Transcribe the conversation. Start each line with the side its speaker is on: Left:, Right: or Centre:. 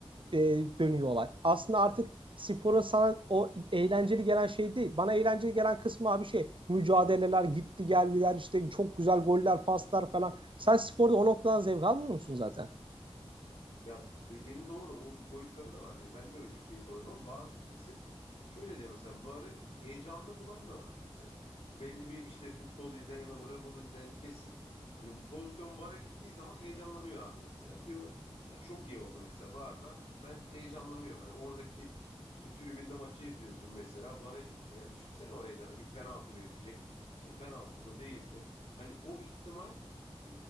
Right: e, dönüyorlar. Aslında artık sporun sana o eğlenceli gelen şey değil. Bana eğlenceli gelen kısmı abi şey mücadeleler, gitti geldiler işte çok güzel goller, paslar falan. Sen sporda o noktadan zevk almıyor musun zaten?
Left: Ya dediğin doğru. O boyutları da var. Hani ben de öyle keyif alırım ama bazı kesim şöyle diyor mesela VAR'ı heyecanlı bulan da var mesela. Belli bir işte futbolu izleyen ya da voleybolu izleyen kesin hani pozisyon VAR'a gittiği zaman heyecanlanıyor abi mesela. Diyor ya çok iyi oldu mesela VAR'da ben heyecanlanıyorum. Hani oradaki işte tribünde maçı izliyorsun mesela VAR'a gitti. Yani düşünsene o heyecanı bir penaltı verilecek. İşte penaltı mı değil mi? Hani o ihtimal e,